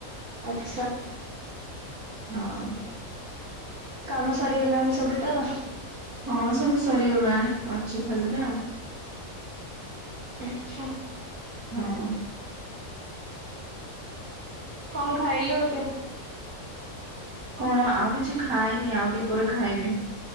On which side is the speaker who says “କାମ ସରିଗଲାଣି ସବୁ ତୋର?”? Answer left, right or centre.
Right